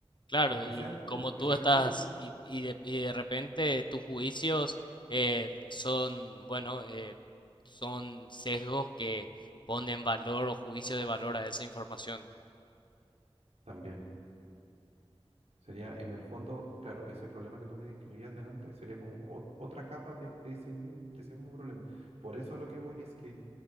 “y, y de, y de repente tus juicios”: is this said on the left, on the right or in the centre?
Left